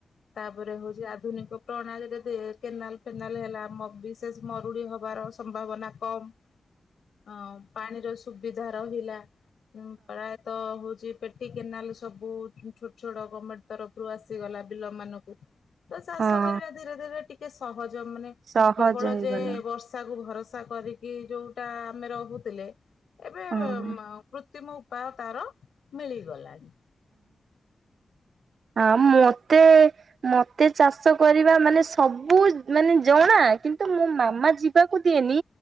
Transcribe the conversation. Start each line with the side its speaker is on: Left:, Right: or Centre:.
Left: ତାପରେ ହଉଛି ଆଧୁନିକ ପ୍ରଣାଳୀରେ କେନାଲ ଫେନାଲ ହେଲା ବିଶେଷ ମରୁଡି ହବାର ସମ୍ଭାବନା କମ। ହଁ ପାଣିର ସୁବିଧା ରହିଲା ପ୍ରାୟତଃ ହ ପେଟି କେନାଲ ସବୁ ଛୋଟ ଛୋଟ ଗମେଣ୍ଟ ତରଫରୁ ଆସିଗଲା ବିଲ ମାନଙ୍କୁ। ତ ଚାଷ
Right: ହଁ
Left: କରିବା ଧୀରେ ଧୀରେ ଟିକେ ସହଜ ମାନେ
Right: ସହଜ
Left: କେବଳ
Right: ହେଇଗଲା
Left: ଯେ ବର୍ଷା କୁ ଭରସା କରିକି ଯୋଉଟା ଆମେ ରହୁଥିଲେ ଏବେ
Right: ହଁ
Left: ପୃ ତିମ ଉପାୟ ତାର ମିଳିଗଲାଣି।
Right: ଆଉ ମତେ ମତେ ଚାଷ କରିବା ମାନେ ସବୁ ସବୁ ମାନେ ଜଣା କିନ୍ତୁ ମୋ ମାମା ଯିବାକୁ ଦିଏନି